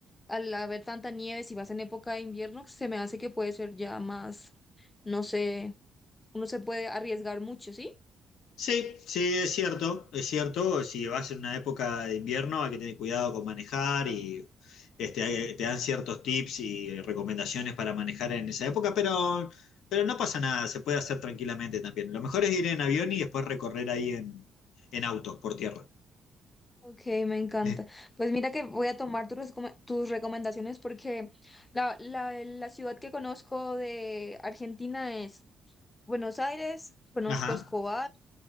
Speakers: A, on the left (about 20°); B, on the left (about 80°).
A: al haber tanta nieve, si vas en época de invierno, se me hace que puede ser ya más, no sé, uno se puede arriesgar mucho, ¿sí?
B: Sí, sí, es cierto, es cierto. Si vas en una época de invierno hay que tener cuidado con manejar y este, hay- te dan ciertos tips y recomendaciones para manejar en esa época, pero, pero no pasa nada, se puede hacer tranquilamente también. Lo mejor es ir en avión y después recorrer ahí en, en auto, por tierra. <laughs>
A: Ok, me encanta.
B: Eh,
A: Pues mira que voy a tomar tus, recome- tus recomendaciones porque la, la, la ciudad que conozco de Argentina es Buenos Aires, conozco
B: Ajá,
A: Escobar,